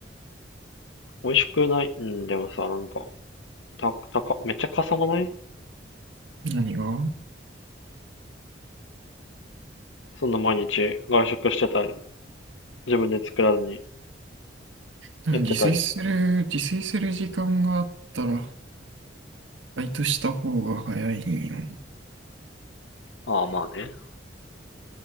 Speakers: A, on the left; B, on the right.
A: 美味しくない。うん、でもさ、なんか、た、たか、めっちゃかさまない
B: 何が
A: そんな毎日外食してたり、自分で作らずに
B: でも自炊する、
A: やってたり。
B: 自炊する時間があったら、バイトした方が早いよ。
A: ああ、まあね。